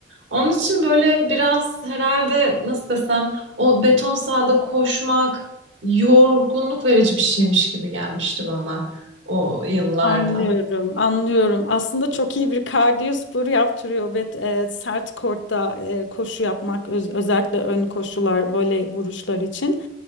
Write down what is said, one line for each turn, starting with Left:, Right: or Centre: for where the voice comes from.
Right: Onun için böyle biraz herhalde nasıl desem o beton sahada koşmak yorgunluk verici bir şeymiş gibi gelmişti bana o yıllarda.
Left: Anlıyorum, anlıyorum. Aslında çok iyi bir kardiyo sporu yaptırıyor ve e, sert kortta e, koşu yapmak öz- özellikle ön koşular, voley vuruşlar için.